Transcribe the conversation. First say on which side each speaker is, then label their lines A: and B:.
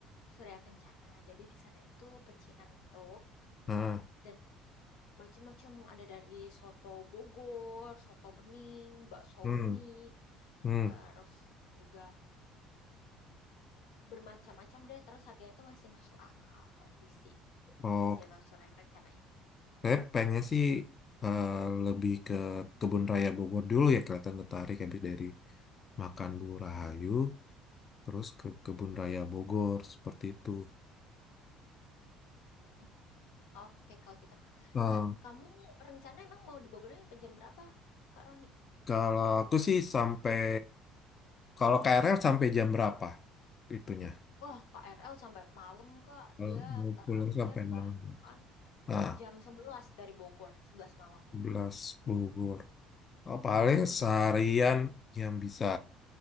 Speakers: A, on the left (about 85°); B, on the left (about 30°).
A: Surya Kencana. Jadi di sana itu pecinan gitu.
B: ah,
A: dan Macem-macem ada dari soto Bogor, soto bening, bakso
B: hmm,
A: bening,
B: hmm.
A: terus juga bermacam-macam deh. Terus harganya itu masih masuk akal kalau di si
B: Oh.
A: si Soto Surya Kencana ini.
B: Saya pengennya sih eh, lebih ke Kebun Raya Bogor dulu ya kelihatan tertarik habis dari makan Bu Rahayu terus ke Kebun Raya Bogor seperti itu.
A: Mm-mm. Oke, kalau gitu.
B: Eh,
A: Nah, kamu rencana emang mau di Bogornya sampai jam berapa, Kak Roni?
B: kalau aku sih sampai kalau KRL sampai jam berapa itunya?
A: Wah, KRL sampai malam, Kak.
B: Kalau
A: Dia
B: Mau
A: terakhir
B: pulang sampai malam.
A: bahkan
B: Ah,
A: jam sebelas dari Bogor, 11 malam.
B: 11 Bogor. Oh, paling seharian yang bisa.